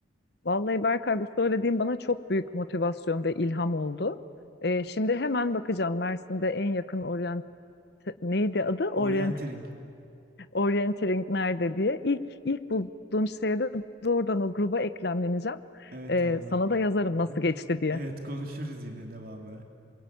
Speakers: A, on the left; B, on the right.
A: Vallahi Berkay bu söylediğin bana çok büyük motivasyon ve ilham oldu. Ee, şimdi hemen bakacağım Mersin'de en yakın orient neydi adı? Orient
B: Orienteering.
A: Orienteering nerede diye. İlk ilk bulduğum şeye de doğrudan o gruba eklemleneceğim.
B: Evet
A: Ee,
B: abla.
A: sana da yazarım nasıl
B: <laughs>
A: geçti diye.
B: Evet konuşuruz yine devamını.